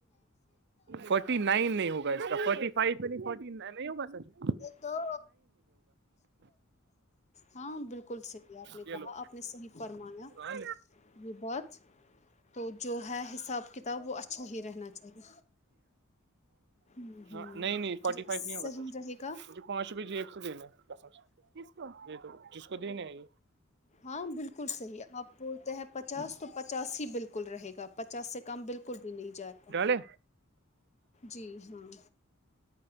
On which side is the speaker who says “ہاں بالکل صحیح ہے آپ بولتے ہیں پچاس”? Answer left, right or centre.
Left